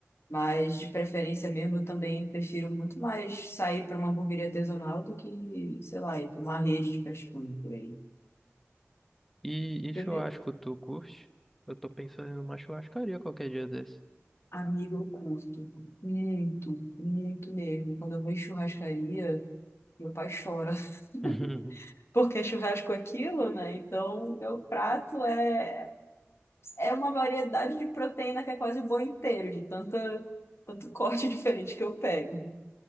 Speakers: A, on the left; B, in the centre.
A: Mas de preferência mesmo, eu também prefiro muito mais sair para uma hamburgueria artesanal do que, sei lá, ir para uma rede de fast food por aí.
B: E, e
A: Primeiro,
B: churrasco, tu curte? Eu tô pensando em uma churrascaria qualquer dia desse. <laughs>
A: amigo, eu curto muito, muito mesmo. Quando eu vou em churrascaria, meu pai chora. <laughs>
B: Uhum.
A: Porque churrasco é aquilo, né? Então, meu prato é é uma variedade de proteína que é quase o boi inteiro, de tanta, tanto corte <laughs> diferente que eu pego.